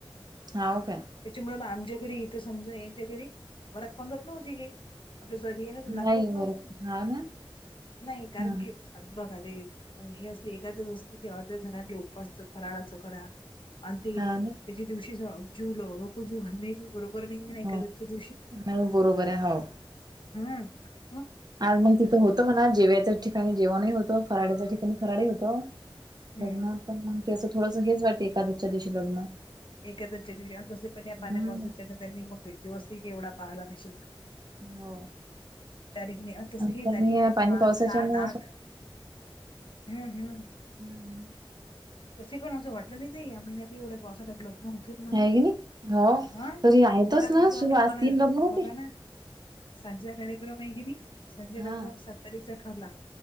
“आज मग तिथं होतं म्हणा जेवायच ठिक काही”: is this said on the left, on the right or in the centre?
Right